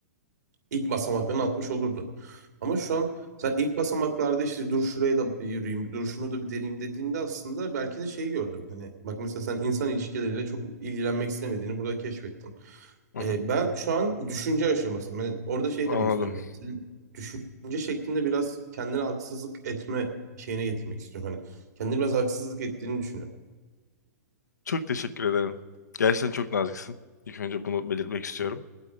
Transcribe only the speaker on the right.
İlk basamaklarını atmış olurdun. Ama şu an sen ilk basamaklarda işte dur şurayı da bir yürüyeyim, dur şunu da bir deneyeyim dediğinde aslında belki de şeyi gördün. Hani bak mesela sen insan ilişkileriyle çok ilgilenmek istemediğini burada keşfettin.
Ee,
ben şu an düşünce aşaması. Ben orada şey
demek istiyorum yani. senin Düşünce şeklinde biraz kendine haksızlık etme şeyine getirmek istiyorum. Hani kendine biraz haksızlık ettiğini düşünüyorum.